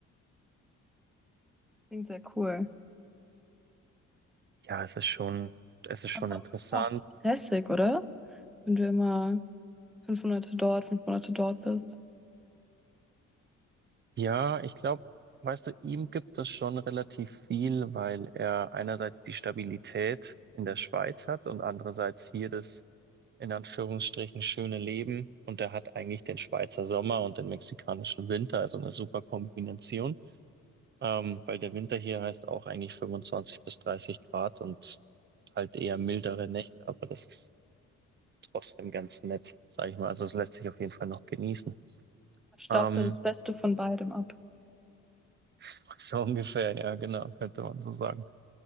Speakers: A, in the centre; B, on the right (about 35°).
A: Klingt sehr cool.
B: Ja, es ist schon, es ist
A: Aber
B: schon interessant,
A: auch stressig, oder? Wenn du immer fünf Monate dort, fünf Monate dort bist.
B: Ja, ich glaube, weißt du, ihm gibt es schon relativ viel, weil er einerseits die Stabilität in der Schweiz hat und andererseits hier das in Anführungsstrichen schöne Leben. Und er hat eigentlich den Schweizer Sommer und den mexikanischen Winter, also eine super Kombination, ähm, weil der Winter hier heißt auch eigentlich 25 bis 30 Grad und halt eher mildere Nächte, aber das ist trotzdem ganz nett, sag ich mal. Also es lässt sich auf jeden Fall noch genießen.
A: Staubt
B: Ähm,
A: er das Beste von beidem ab?
B: <laughs> so ungefähr, ja, genau, könnte man so sagen.